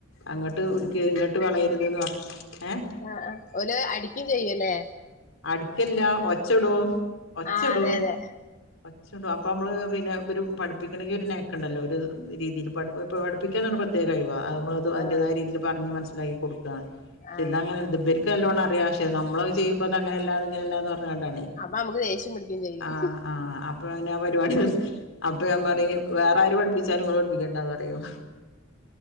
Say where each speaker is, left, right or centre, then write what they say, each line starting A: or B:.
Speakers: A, on the left; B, on the left.
A: അങ്ങോട്ട് ഇടുക്ക ഇങ്ങോട്ട് വളയരുതന്ന് പറ ഏഹ്
B: ആഹ് ആഹ് ഓല് അടിക്കും ചെയ്യൂല്ലേ?
A: അടിക്കല്ല ഒച്ചടും ഒച്ചടും
B: ആഹ് അതെ അതെ
A: ഒച്ചടും അ പ്പമ്മള് പിന്നെ ഒര് പഠിപ്പിക്കണങ്കി ഒരു നാക്ക്ണ്ടല്ലോ ഒര് രീതില് പഠ് ഇ പഠിപ്പിക്കാൻ പ്രത്യേക കഴിവാ അത് മ്മൾ തു അയിൻ്റെതായ
B: ആഹ്
A: രീതീല് പറഞ് മനസ്സിലായി കൊട്ക്ക പക്ഷെ
B: ആഹ്
A: ഇതങ്ങനെൽ
B: അതെ അതെ
A: ഇത് ഇവര്ക്കല്ലോണം അറിയാ പക്ഷെ നമ്മളത് ചിയ്യു മ്പതങ്ങനെല്ലാ ഇങ്ങനെല്ലാന്ന് പറഞ്ങ്ങാണ്ടാണേ
B: അപ്പൊ നമുക്ക് ദേഷ്യം പിടിക്കും ചെയ്യും
A: ആഹ് ആഹ് അപ്പൊ അതിന് ആ പരിപാടി <unintelligible> അപ്പൊ ഞാൻ പറയും വേറെ ആരും പഠിപ്പിച്ചാലും നിങ്ങള് പഠപ്പിക്കേണ്ടാന്ന് പറ യും